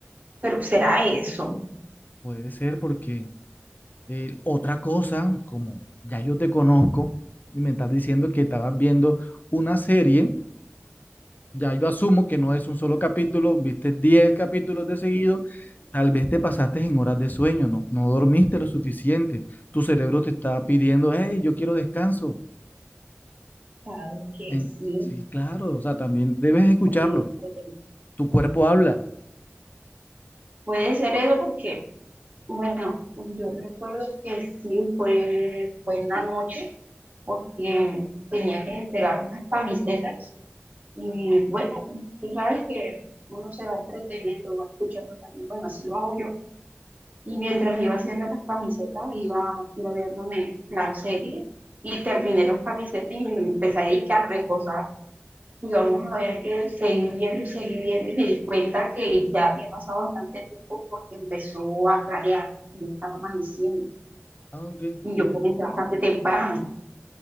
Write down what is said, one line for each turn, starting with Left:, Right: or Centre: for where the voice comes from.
Right: pero será eso.
Left: Puede ser porque Eh, otra cosa, como ya yo te conozco y me estás diciendo que estabas viendo una serie, ya yo asumo que no es un solo capítulo, viste 10 capítulos de seguido, tal vez te pasaste en horas de sueño, no, no dormiste lo suficiente, tu cerebro te está pidiendo, hey, yo quiero descanso.
Right: Sabes que
Left: En-
Right: sí,
Left: sí, claro, o sea, también debes escucharlo,
Right: puede puede-
Left: tu cuerpo habla.
Right: puede ser eso porque, bueno, yo recuerdo que sí fue, fue en la noche porque tenía que entregar unas camisetas Y bueno, tú sabes que uno se va entreteniendo, va escuchando también, bueno, así lo hago yo. Y mientras iba haciendo las camisetas, iba, iba viéndome la serie y terminé las camisetas y me empecé ahí que a reposar. Y vamos a ver que seguí viendo y seguí viendo y me di cuenta que ya había pasado bastante tiempo porque empezó a clarear y estaba amaneciendo.
Left: Ah, ok.
Right: Y
Left: ¿Y
Right: yo comencé bastante temprano.